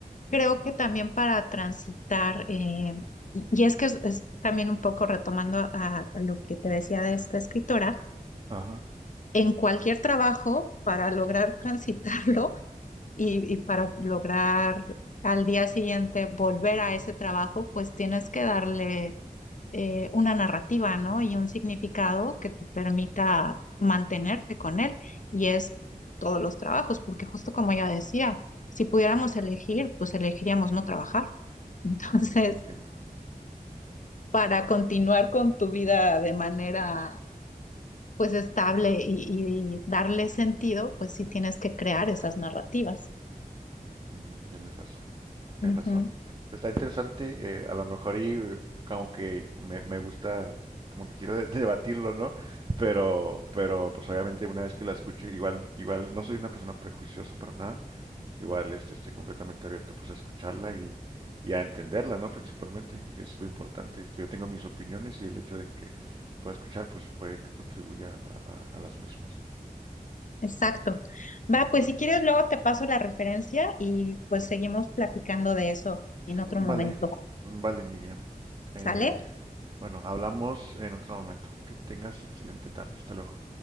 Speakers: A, on the left (about 55°); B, on the right (about 35°).
A: creo que también para transitar, eh, y y es que es, es también un poco retomando a, a lo que te decía de esta escritora,
B: Ajá,
A: en cualquier trabajo, para lograr <laughs> transitarlo y, y para lograr al día siguiente volver a ese trabajo, pues tienes que darle eh, una narrativa, ¿no? Y un significado que te permita mantenerte con él. Y es todos los trabajos, porque justo como ella decía, si pudiéramos elegir, pues elegiríamos no trabajar. <laughs>
B: ujú,
A: Entonces,
B: sí entiendo,
A: para continuar con tu vida de manera, pues, estable y, y darle sentido, pues sí tienes que crear esas narrativas.
B: ujú, tienes razón, tienes
A: Ujú,
B: razón. Está interesante, eh, a lo mejor y eh, como que me, me gusta, como que quiero de- <laughs> debatirlo, ¿no? Pero, pero pues obviamente una vez que la escuche, igual, igual no soy una persona prejuiciosa para nada, Igual, este, estoy completamente abierto pues a escucharla y, y a entenderla, ¿no? Principalmente, que es lo importante, que yo tengo mis opiniones y el hecho de que la pueda escuchar pues puede que contribuya a, a- a las mismas.
A: Exacto. Va, pues si quieres, luego te paso la referencia y pues seguimos platicando de eso en otro
B: Vale,
A: momento.
B: vale, Miriam.
A: ¿Sale?
B: Eh, bueno, hablamos en otro momento. Que tengas excelente tarde. Hasta luego.